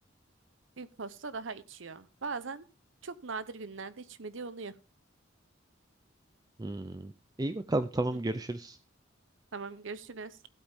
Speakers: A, on the right; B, on the right.
A: Bir posta daha içiyor. Bazen çok nadir günlerde içmediği oluyor.
B: Hmm. İyi bakalım tamam
A: Hı
B: görüşürüz.
A: hı. Tamam görüşürüz.